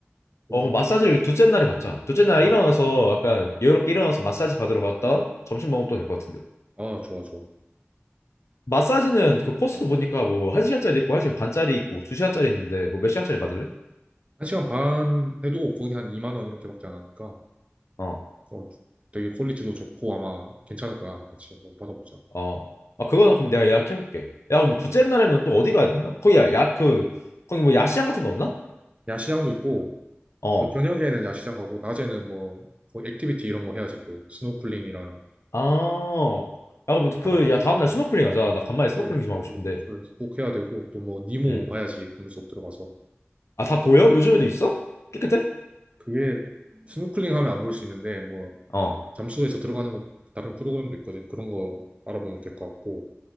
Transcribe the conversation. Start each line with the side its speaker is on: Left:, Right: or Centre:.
Right: 거기,
Left: 어, 그럼 마사지를 둘째 날에 받자. 둘째 날
Right: 아,
Left: 일어나서
Right: 그치.
Left: 약간
Right: 어.
Left: 여유롭게 일어나서 마사지 받으러 갔다 점심 먹으면 또 될 것 같은데.
Right: 아, 좋아, 좋아.
Left: 마사지는 그 코스도
Right: 어,
Left: 보니까 뭐 한시간짜리 있고 한시간 반짜리 있고 두시간짜리 있는데 뭐 몇 시간짜리 받을래?
Right: 한 시간 반 해도 거기 한 2만 원 이렇게밖에 안 하니까
Left: 어,
Right: 어, 되게 퀄리티도 좋고 아마 괜찮을 거야. 같이 한번 받아보자.
Left: 어, 아, 그거는 그럼 내가 예약해볼게. 야, 그럼 둘째
Right: 어.
Left: 날에는 또 어디 가야 되냐? 거기 야, 야, 그, 거기 뭐 야시장 같은 거 없나?
Right: 야시장도 있고
Left: 어.
Right: 또 저녁에는 야시장 가고 낮에는 뭐뭐 액티비티 이런 거 해야지 또 스노클링이랑
Left: 아, 야, 그럼 그,
Right: 바다
Left: 야, 다음날 스노클링 하자. 나 간만에 스노클링
Right: 그래
Left: 좀 하고 싶은데.
Right: 그- 그래서 꼭 해야 되고 또 뭐 니모
Left: 응.
Right: 봐야지 물속 들어가서
Left: 아, 다 보여? 요즘에도 있어? 깨끗해?
Right: 그게 스노클링 하면 안 보일 수 있는데 뭐
Left: 어,
Right: 잠수해서 들어가는 것 다른 프로그램도 있거든 그런 거 알아보면 될 것 같고